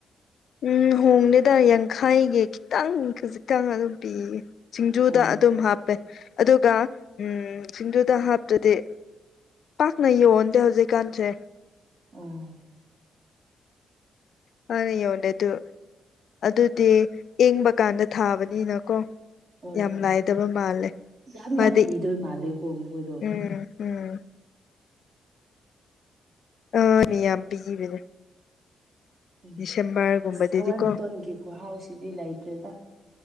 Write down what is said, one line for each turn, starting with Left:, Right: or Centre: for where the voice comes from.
Left: ꯎꯝ ꯍꯣꯡꯗꯦꯗ ꯌꯥꯡꯈꯩꯒꯤ ꯈꯤꯇꯪ ꯈꯖꯤꯛꯇꯪ ꯑꯗꯨꯝ ꯄꯤꯌꯦ ꯁꯤꯡꯖꯨꯗ
Right: ꯑꯣ
Left: ꯑꯗꯨꯝ ꯍꯥꯞꯄꯦ ꯑꯗꯨꯒ ꯎꯝ ꯁꯤꯡꯖꯨꯗ ꯍꯥ ꯑꯗꯨꯗꯤ ꯄꯥꯛꯅ ꯌꯣꯟꯗꯦ ꯍꯧꯖꯤꯛꯀꯥꯟꯁꯦ
Right: ꯑꯣ
Left: ꯐꯅ ꯌꯧꯗꯦ ꯑꯗꯨ ꯑꯗꯨꯗꯤ ꯏꯪꯕ ꯀꯥꯟꯗ ꯊꯥꯕꯅꯤꯅꯀꯣ
Right: ꯑꯣ
Left: ꯌꯥꯝ ꯂꯩꯗꯕ ꯃꯥꯜꯂꯦ
Right: ꯌꯥꯝ
Left: ꯃꯥꯗꯤ
Right: ꯌꯥꯝ ꯄꯤꯗꯣꯏ ꯃꯥꯜꯂꯦꯀꯣ ꯃꯈꯣꯏꯗꯣ
Left: ꯎꯝ ꯎꯝ ꯑ ꯃꯤꯌꯥꯝ ꯄꯤꯒꯤꯕꯅꯦ
Right: ꯎꯝ
Left: ꯗꯤꯁꯦꯝꯕꯔꯒꯨꯝꯕꯗꯗꯤꯀꯣ
Right: ꯑꯁ ꯍꯋꯥꯏ ꯃꯇꯣꯟꯒꯤ ꯈꯨꯍꯥꯎꯁꯤꯗꯤ ꯂꯩꯇ꯭ꯔꯦꯗ